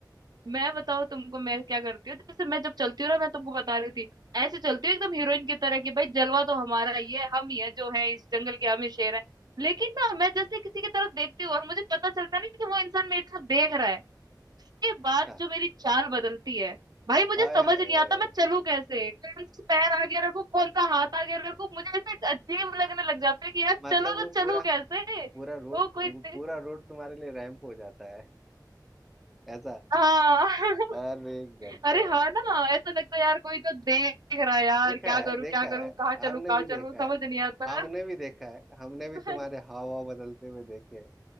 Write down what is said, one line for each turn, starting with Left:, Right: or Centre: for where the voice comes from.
Right: मैं बताऊँ तुमको मैं क्या करती हूँ जैसे मैं जब चलती हूँ ना मैं तुमको बता रही थी ऐसे चलती हूँ एकदम हीरोइन की तरह कि भाई जलवा तो हमारा ही है हम ही है जो है इस जंगल के हम ही शेर है लेकिन ना मैं जैसे किसी की तरफ देखती हूँ और मुझे पता चलता नहीं कि वो इंसान मेरी तरफ देख रहा है ये बात
Centre: क्या?
Right: जो मेरी चाल बदलती है भाई मुझे
Centre: हाय
Right: समझ
Centre: हाय
Right: नहीं आता मैं चलूं कैसे कौन सा पैर आगे रखूं कौन सा हाथ आगे रखूं मुझे ऐसे अजीब लगने लग जाता है कि यार
Centre: मतलब
Right: चलो
Centre: वो
Right: तो
Centre: पूरा
Right: चलूं कैसे
Centre: पूरा रोड
Right: वो कोई
Centre: पू,
Right: दे-
Centre: पूरा रोड तुम्हारे लिए रैंप हो जाता है ऐसा
Right: हाँ <laughs>
Centre: अरे गजब
Right: अरे हाँ ना ऐसा लगता है यार कोई तो देख रहा है यार
Centre: देखा
Right: क्या
Centre: है
Right: करूं
Centre: देखा
Right: क्या करूं
Centre: है
Right: कहाँ
Centre: हमने
Right: चलूं कहाँ
Centre: भी देखा
Right: चलूं समझ
Centre: है
Right: नहीं आता
Centre: हमने भी देखा है हमने भी
Right: <laughs>
Centre: तुम्हारे हाव भाव बदलते हुए देखे हैं।